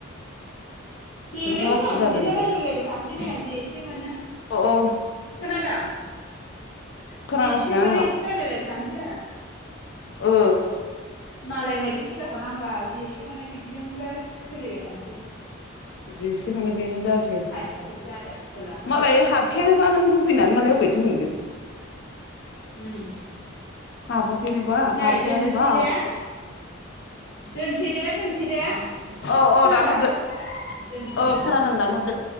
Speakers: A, on the left; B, on the left.
A: देलै
B: बेनोथ' आथुर
A: जाोंहा
B: जादों
A: बिदिनो रायलायलायबाय थानोसै जोंहा जे एसे मोनो।
B: अ अ
A: खोनादों
B: खोनागासिनो
A: जि एसे मोनो
B: आंनाव
A: बिदिनो रायज्लायलायबाय थांसै जोंहा।
B: ओ
A: मालाय बायदि बुरजाखौ नांला। जि एसे मोनो बिदिजोंब्ला सोलिबाय थानोसै।
B: जि एसे मोनो बेनो जासै
A: टाइमफ्राबो जाया सोलाबा
B: मालाय हाबखायानोबा नों लुबैनानैलाय मालाय अबे मोनगोन।
A: उम।
B: हाबाखैनोबा
A: नै
B: हाबखायानो
A: दोननोसै
B: बा
A: दे दोनसै दे दोनसै दे।
B: औ औ
A: खोनादों
B: दानहरदो औ
A: दोनसै ओं
B: खोनादों दानहरदो।